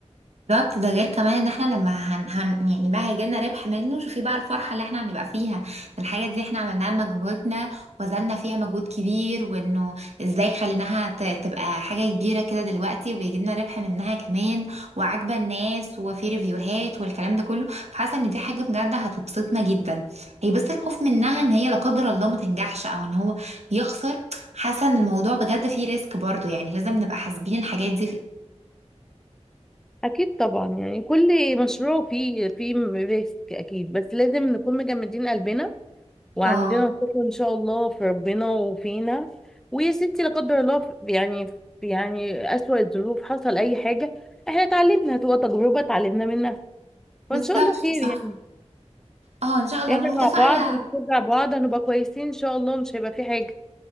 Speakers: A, on the right; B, in the centre.
A: بالظبط ده غير كمان ان احنا لما هن, هن يعني بقى هيجيلنا ربح منه شوفي بقى الفرحة اللي احنا هنبقى فيها الحاجة دي احنا عملناها بمجهودنا وبذلنا فيها مجهود كبير وانه ازاي خليناها ت- تبقى حاجة كبيرة كده دلوقتي وبيجيلنا ربح منها كمان وعاجبة الناس وفي ريفيوهات والكلام ده كله فحاسة ان دي حاجة بجد هتبسطنا جدا هي بس الخوف منها ان هي لا قدر الله ما تنجحش او ان هو يخسر حاسة ان الموضوع بجد فيه ريسك برضو يعني لازم نبقى حاسبين الحاجات دي في الأول.
B: اكيد طبعا يعني كل مشروع فيه فيه ريسك اكيد بس لازم نكون مجمدين قلبنا وعندنا
A: اه
B: ثقه ان شاء الله في ربنا وفينا ويا ستي لا قدر الله في- يعني في يعني اسوأ الظروف حصل اي حاجه احنا اتعلمنا هتبقى تجربه اتعلمنا منها فان
A: بالظبط
B: شاء الله خير
A: صح
B: يعني
A: اه ان شاء الله
B: احنا
A: انا متفائله
B: مع بعض وبنشجع بعض هنبقى كويسين ان شاء الله مش هيبقى في حاجة